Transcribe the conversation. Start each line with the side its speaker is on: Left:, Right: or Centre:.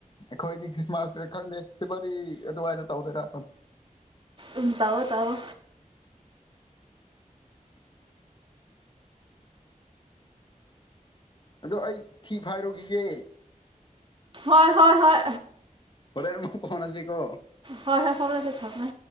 Left: ꯑꯩꯈꯣꯏꯗꯤ ꯈ꯭ꯔꯤꯁꯃꯥꯁꯇꯤ ꯈꯪꯗꯦ ꯐꯦꯕꯋꯥꯔꯤ ꯑꯗꯨꯋꯥꯏꯗ ꯇꯧꯗꯣꯏꯔꯥ
Right: ꯎꯝ ꯇꯧꯋꯣ ꯇꯧꯋꯣ
Left: ꯑꯗꯣ ꯑꯩ ꯊꯤ ꯐꯥꯏꯔꯨꯈꯤꯒꯦ
Right: ꯍꯣꯏ ꯍꯣꯏ ꯍꯣꯏ
Left: ꯍꯣꯔꯦꯟ ꯑꯃꯨꯛ ꯑꯣꯟꯅꯁꯤꯀꯣ
Right: ꯍꯣꯏ ꯍꯣꯏ ꯊꯣꯂꯛꯑꯒꯦ ꯊꯝꯃꯦ